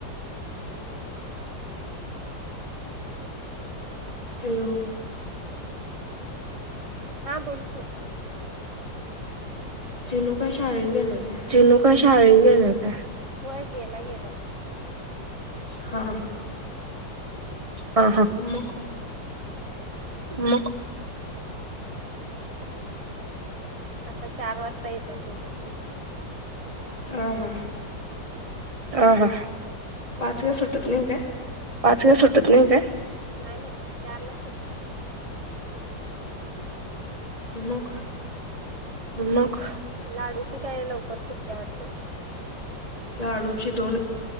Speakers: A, on the left; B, on the right.
A: हॅलो
B: हां बोल की
A: चीनू काय शाळेला गेल्या काय.
B: चीनू कायं शाळेला गेलाय काय होय गेलाय गेलाय.
A: हा
B: ह हा
A: मग
B: अम मग आता चार वाजता येतात दोघं पण
A: ह ह
B: हा हा
A: पाचला सुटत नाही काय
B: पाच ला सुटत नाही काय नाही नाही चारला सुटते
A: मग
B: मग लाडूची काय लवकर सुटत्या वाटतं
A: लाडू ची दोन-